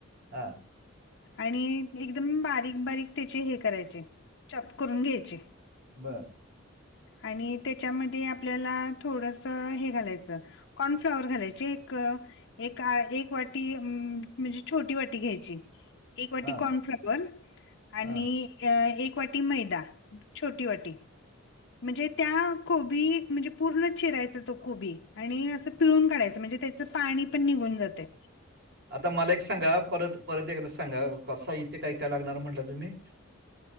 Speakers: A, on the right; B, on the left.
A: हा.
B: आणि एकदम बारीक बारीक त्याचे हे करायचे चॉप करून घ्यायचे.
A: बर.
B: आणि त्याच्यामध्ये आपल्याला थोडस हे घालायचं कॉर्नफ्लाॉवर घालायचे एक एका एक वाटी म्हणजे छोटी वाटी घ्यायची. एक वाटी
A: हां
B: कॉर्नफ्लॉवर आणि
A: हां
B: एक वाटी मैदा छोटी वाटी. म्हणजे त्या कोबी म्हणजे पूर्ण चिरायचा तो कोबी आणि असं पिळून काढायच म्हणजे त्याच पाणी पण निघून जातय.
A: आता मला एक सांगा परत परत एकदा सांगा साहित्य काय काय लागणार म्हनला तुम्ही?